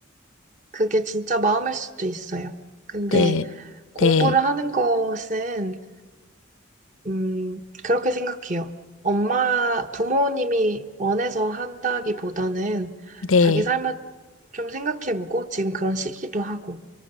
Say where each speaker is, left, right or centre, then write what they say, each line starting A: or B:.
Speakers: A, on the right; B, on the left.
A: 그게 진짜 마음일 수도 있어요. 근데
B: 네,
A: 공부를
B: 네,
A: 하는 것은, 음, 그렇게 생각해요. 엄마, 부모님이 원해서 한다기보다는
B: 네.
A: 자기 삶을 좀 생각해보고 지금 그런 시기도 하고.